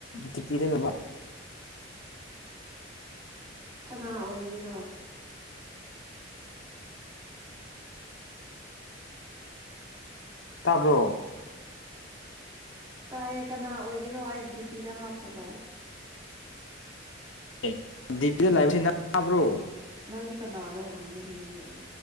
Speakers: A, on the left; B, on the right.
A: ꯇꯤꯄꯤꯗ ꯂꯕ
B: ꯀꯅꯥ ꯑꯣꯏꯒꯦꯔꯣ
A: ꯇꯥꯕ꯭ꯔꯣ
B: ꯇꯥꯏꯌꯦ ꯀꯅꯥ ꯑꯣꯏꯒꯦꯔꯣ ꯑꯩ ꯗꯤꯄꯤꯗ ꯍꯥꯞꯄꯗꯣ
A: <unintelligible>
B: ꯅꯪꯗꯤ ꯀꯅꯥꯔꯣ ꯍꯪꯕꯒꯤꯅꯤꯗꯅ